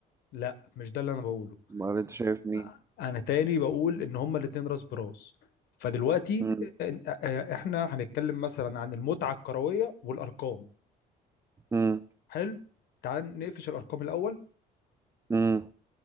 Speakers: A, on the left (about 75°); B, on the right (about 15°).
A: لا مش ده اللي انا بقوله
B: امال انت شايف مين
A: آه، انا تاني بقول ان هما الاتنين راس براس فدلوقتي
B: امم
A: إن- آه، آه، احنا هنتكلم مثلا عن المتعه الكرويه والارقام
B: امم
A: حلو تعال نقفش الارقام الاول
B: امم